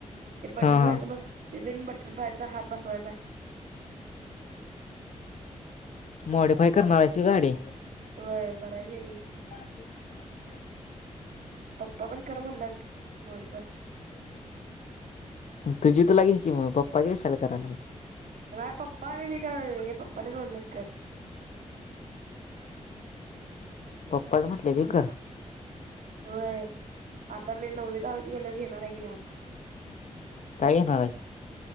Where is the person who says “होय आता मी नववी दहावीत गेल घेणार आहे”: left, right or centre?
Right